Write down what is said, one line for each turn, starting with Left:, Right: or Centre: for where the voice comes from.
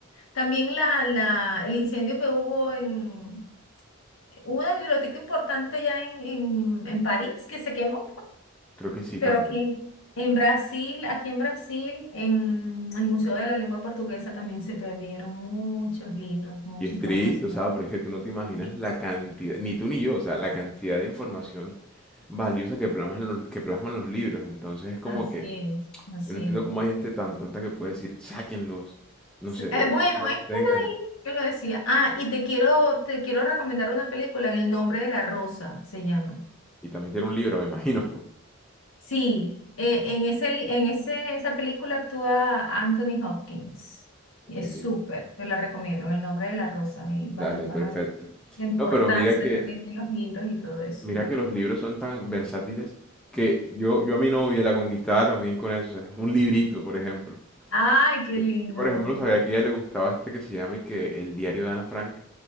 Left: también la, la, el incendio que hubo en una biblioteca importante ya en, en, en París, que se quemó.
Centre: creo que sí
Left: Pero
Centre: también.
Left: aquí en, en Brasil, aquí en Brasil, en el Museo de la Lengua Portuguesa también se perdieron muchos libros, mucha
Centre: Y es
Left: información.
Centre: triste, o sea, porque tú no te imaginas
Left: Dice,
Centre: la cantidad, ni tú ni yo, o sea, la cantidad de información valiosa que plasman los, que plasman los libros. Entonces es como
Left: Así
Centre: que
Left: es, así
Centre: yo no entiendo
Left: es.
Centre: cómo hay gente tan tonta que puede decir, sáquenlos, no
Left: S-
Centre: sé,
Left: eh,
Centre: eh,
Left: bueno,
Centre: no
Left: este
Centre: los tengan.
Left: ahí que lo decía. Ah, y te quiero, te quiero recomendar una película en El nombre de la rosa, se llama.
Centre: Y también tiene un libro, me imagino.
Left: Sí, eh,
Centre: <laughs>
Left: en ese, li- en ese, esa película actúa Anthony Hopkins.
Centre: Ok,
Left: Y Es súper, te la recomiendo, en el nombre de la rosa. Y vas,
Centre: dale,
Left: vas
Centre: perfecto.
Left: a ver la importancia
Centre: No, pero mira que
Left: también de los libros y todo eso,
Centre: Mira
Left: ¿no?
Centre: que los libros son tan versátiles que yo, yo a mi novia la conquistaba también con eso, o sea, un librito, por ejemplo.
Left: ¡Ay, qué
Centre: Yo,
Left: lindo!
Centre: yo, por ejemplo, sabía que a ella le gustaba este que se llama y que El diario de Ana Frank.